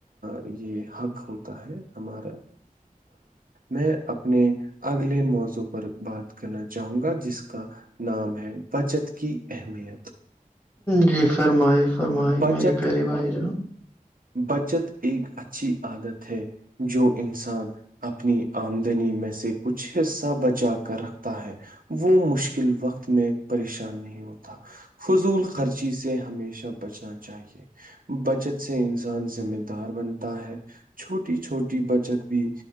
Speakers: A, on the right (about 70°); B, on the left (about 15°).
A: یہ حق ہوتا ہے ہمارا میں اپنے اگلے موضوع پر بات کرنا چاہوں گا جس کا نام ہے بچت کی اہمیت
B: جی فرمائی فرمائی
A: بچت
B: میری پیاری بھائی جان
A: بچت ایک اچھی عادت ہے جو انسان اپنی آمدنی میں سے کچھ حصہ بچا کر رکھتا ہے وہ مشکل وقت میں پریشان نہیں ہوتا فضول خرچی سے ہمیشہ بچنا چاہیے بچت سے انسان ذمہ دار بنتا ہے چھوٹی چھوٹی بچت بھی